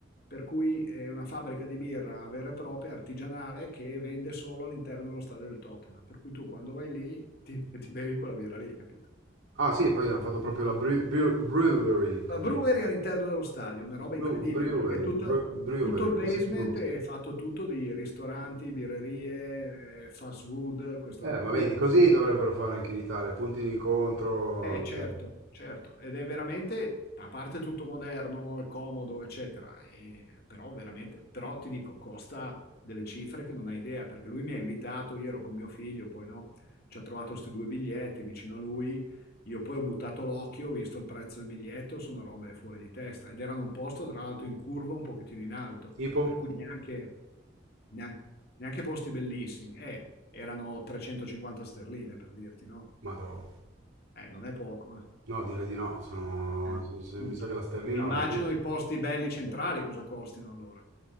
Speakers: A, on the left (about 50°); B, on the right (about 80°).
A: per cui è una fabbrica di birra vera e propria, artigianale, che vende solo all'interno dello stadio del Tottenham, per cui tu quando vai lì ti, ti bevi quella birra lì, capito?
B: Ah, sì, poi hanno fatto proprio la bre- bre- brewery, come
A: la brewery
B: dico.
A: all'interno dello stadio, una roba
B: Bre-
A: incredibile,
B: brewery,
A: perché tutto,
B: bre- brewery,
A: tutto il
B: come
A: basement
B: si pronuncia?
A: è fatto tutto di ristoranti, birrerie, eh, fast food, questa
B: Eh,
A: roba
B: ma
A: qui.
B: vedi,
A: per
B: così
A: cui
B: dovrebbero fare anche in Italia, punti d'incontro,
A: eh, certo,
B: cioè...
A: certo, ed è veramente, a parte tutto moderno, è comodo, eccetera, e- però veramente, però ti dico, costa delle cifre che non hai idea, perché lui mi ha invitato, io ero con mio figlio, poi no, ci ha trovato questi due biglietti vicino a lui, io poi ho buttato l'occhio, ho visto il prezzo del biglietto, sono robe fuori di testa, ed erano un posto tra l'altro in curva un pochettino in alto,
B: Tipo?
A: per cui neanche, neanche, neanche posti bellissimi, eh, erano 350 sterline per dirti, no?
B: Madò.
A: Eh, non è poco, eh.
B: No, direi di no, sono...
A: Eh,
B: se- se-
A: punto.
B: mi sa che la sterlina
A: Mi immagino
B: vale più.
A: i posti belli centrali cosa costino allora.